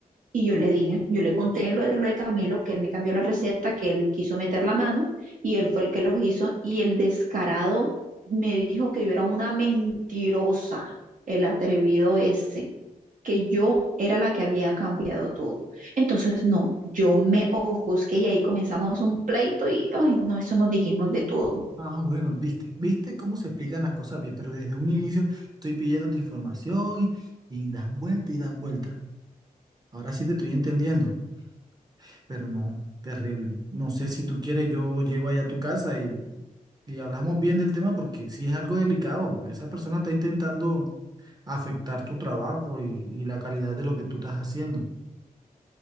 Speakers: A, on the right; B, on the right.
A: y yo le dije, yo le conté lo de, lo de Camilo, que él me cambió la receta, que él quiso meter la mano y él fue el que lo hizo. Y el descarado me dijo que yo era una mentirosa, el atrevido ese, que yo era la que había cambiado todo. Entonces, no, yo me ofusqué y ahí comenzamos un pleito y, ay, no, eso nos dijimos de todo.
B: Ah, bueno, viste, viste cómo se explican las cosas bien, pero desde un inicio estoy pidiéndote información y, y das vuelta y das vuelta. Ahora sí te estoy entendiendo, pero no, terrible. No sé si tú quieres, yo llego allá a tu casa y, y hablamos bien del tema porque sí es algo delicado. Esa persona está intentando afectar tu trabajo y, y la calidad de lo que tú estás haciendo. <laughs>